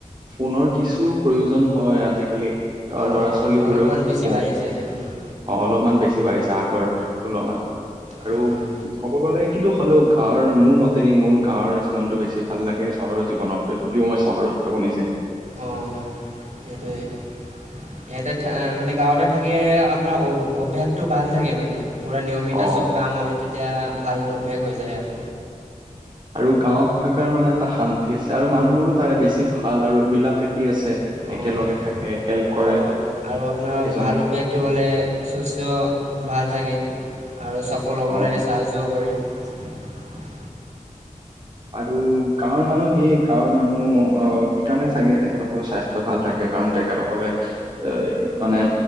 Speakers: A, on the right; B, on the right.
A: ফোনৰ কিছু প্ৰয়োজন হয় আজিকালি <unintelligible>
B: অ
A: ল'ৰা ছোৱালীবোৰেও
B: অলপমান বেছি
A: ফোন
B: বাঢ়িছে উম,
A: অ অলপমান বেছি বাঢ়িছে আগৰ তুলনাত
B: হুম
A: আৰু
B: হুম।
A: ক'ব গলে কিন্তু হ'লেও গাঁৱৰ মোৰ মতেৰে মোৰ গাঁৱ জীৱনটো বেছি <unintelligible> ভাল লাগে চহৰৰ জীৱনতকৈ যদিও মই চহৰত থাকো নিজে
B: অঁ এইটোৱেই ইয়াতে মানে গাঁৱতে থাকিল আপোনাৰ অভ্যাসতটো ভাল থাকে মানে। পূৰা নিয়মিত
A: অ
B: চব কাম হয় তেতিয়া ভাল অভ্যাস হৈ যায় আৰু।
A: আৰু গাঁৱত থকাৰ মানে এটা শান্তি আছে আৰু মানুহবোৰো। তাৰে বেছি ভাল আৰু মিলা প্ৰীতি আছে।
B: অঁ
A: একেলগে থাকে হেল্প
B: আৰু
A: কৰে।
B: আৰু আপোনাৰ
A: এজনে
B: ভাল অভ্যাসটো হ'লে সুস্থ ভাল থাকে। আৰু চফল হ'বলৈ
A: অ
B: সাহায্য কৰে।
A: আৰু গাঁৱৰ মানুহ সেইয় গাঁৱৰ মানুহ আহ কি কাৰণে চাগে তেখেতসকলৰ স্বাস্থ্য ভাল থাকে। কাৰণ তেখেতসকলে এ মানে